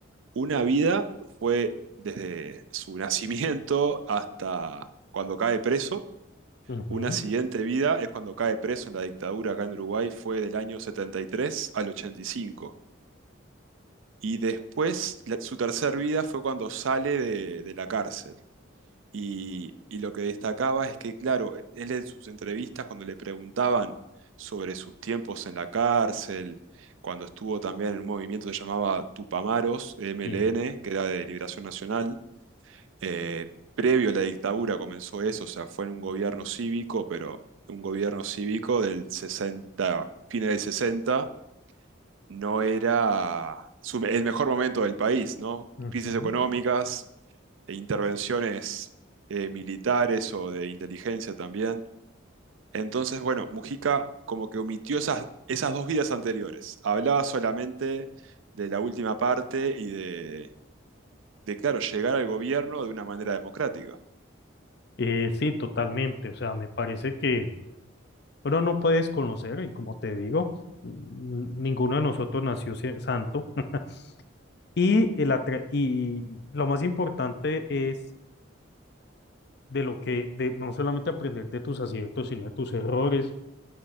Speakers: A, on the right (about 75°); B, on the left (about 55°).
A: Una vida fue desde su nacimiento hasta cuando cae preso,
B: Ujú,
A: una siguiente vida es cuando cae preso en la dictadura acá en Uruguay, fue del año 73 al ochenta Y cinco y después, la- su tercer vida fue cuando sale de, de la cárcel. Y, y lo que destacaba es que, claro, él en sus entrevistas, cuando le preguntaban sobre sus tiempos en la cárcel, cuando estuvo también en un movimiento que se llamaba Tupamaros, MLN,
B: y-
A: que era de Liberación Nacional, eh, previo a la dictadura comenzó eso, o sea, fue en un gobierno cívico, pero un gobierno cívico del 60, fines del 60, no era su- el mejor momento del país, ¿no?
B: ujú.
A: Crisis económicas, e intervenciones eh, militares o de inteligencia también. Entonces, bueno, Mujica como que omitió esas, esas dos vidas anteriores. Hablaba solamente de la última parte y de, de, claro, llegar al gobierno de una manera democrática.
B: Eh, sí, totalmente. O sea, me parece que uno no puedes conocer y como te digo, mm, ninguno de nosotros nació si- santo. <laughs> Y, el atra- y lo más importante es de lo que, de no solamente aprender de tus aciertos, sino de tus errores